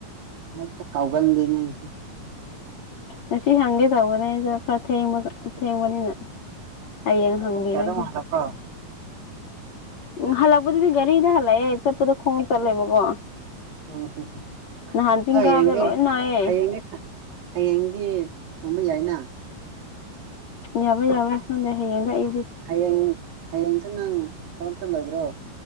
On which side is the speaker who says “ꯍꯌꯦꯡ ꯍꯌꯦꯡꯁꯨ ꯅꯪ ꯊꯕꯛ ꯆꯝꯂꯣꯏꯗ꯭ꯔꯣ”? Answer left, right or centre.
Right